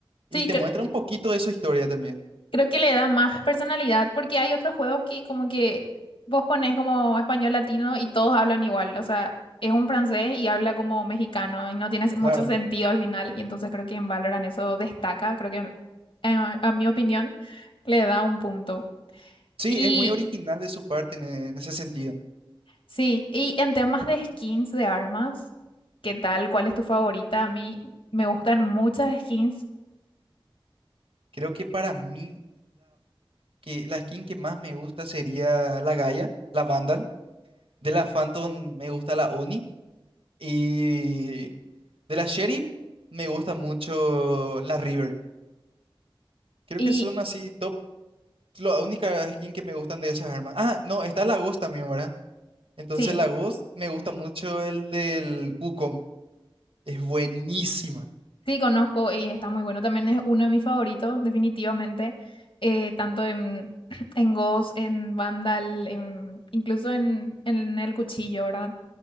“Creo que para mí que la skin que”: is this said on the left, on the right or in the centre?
Right